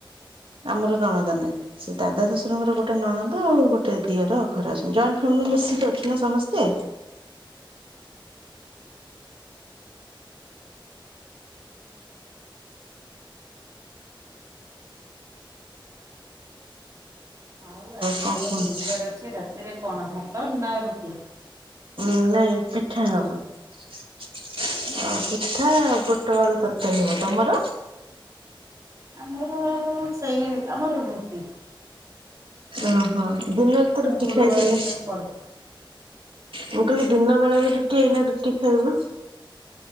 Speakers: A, on the right (about 85°); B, on the right (about 35°).
A: ଆମର ନଣଦ ନାହିଁ, ସେ ଦା ଶଶୁରଙ୍କର ଗୋଟେ ନଣଦ ଆଉ ଗୋଟେ ଦିଅର ଘରେ ଅଛନ୍ତି, ଜଏଣ୍ଟ ଫାମିଲି। ମିଶିକି ଅଛୁ ନା ସମସ୍ତେ
B: ଆଉ ଆଜି
A: କଣ
B: ତ
A: କୁହ
B: ଗୁରୁବାର ଅଛି ରାତିରେ କଣ ଭାତ ନା ରୁଟି?
A: ହଁ ନାଇଁ ପିଠା ହବ। ଆଉ ପିଠା ବୋଟ ଆଳୁ ତରକାରୀ ହବ, ତମର?
B: ଆ ମୋର ସେଇ ଆମର ରୁଟିି
A: ଓହୋ ଦିନରେ ତ ରୁଟି
B: ଗୁରୁବାରରେ
A: ଖାଇଥିଲେ।
B: କରେ
A: ମୁଁ କହିଲି ଦିନ ବେଳାର ରୁଟି ଏଇନା ରୁଟି ଖାଇବ।